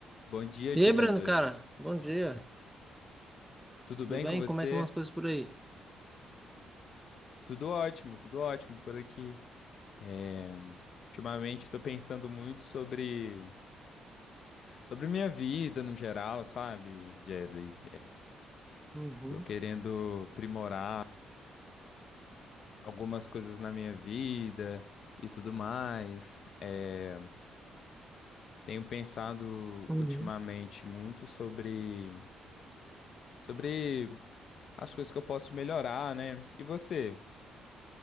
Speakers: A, on the left (about 60°); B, in the centre.
A: Bom dia,
B: E
A: Jedway.
B: aí, Breno, cara, bom dia.
A: Tudo
B: Tudo
A: bem
B: bem?
A: com você?
B: Como é que vão as coisas por aí?
A: Tudo ótimo, tudo ótimo por aqui. É, ultimamente estou pensando muito sobre sobre minha vida no geral, sabe, Jedway?
B: Uhum,
A: Estou querendo aprimorar algumas coisas na minha vida e tudo mais. É, tenho pensado
B: uhum.
A: ultimamente muito sobre sobre as coisas que eu posso melhorar, né? E você?